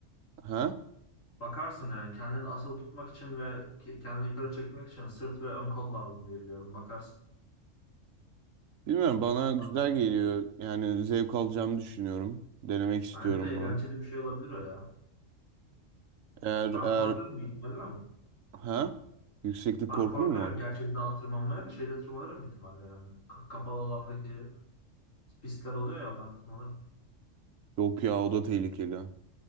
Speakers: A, on the right (about 85°); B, on the left (about 80°).
A: Ha?
B: Bakarsın yani kendini asıl tutmak için ve ke- kendini yukarı çekmek için sırt ve ön kol lazım diye biliyorum. Bakarsın.
A: Bilmiyorum bana güzel
B: Sadece.
A: geliyor. Yani zevk alacağımı düşünüyorum. Denemek istiyorum
B: Bence de eğlenceli
A: bunu.
B: bir şey olabilir o ya.
A: Eğer
B: Ben
A: eğer
B: korkarım bir ihtimalle ama.
A: ha? Yükseklik
B: Ben
A: korku
B: korkarım
A: mu var?
B: gerçek dağa tırmanmaya da şeyde tırmanırım bir ihtimalle yani. Ka- kapalı alandaki pistler oluyor ya onlarda tırmanırım.
A: Yok ya o da tehlikeli.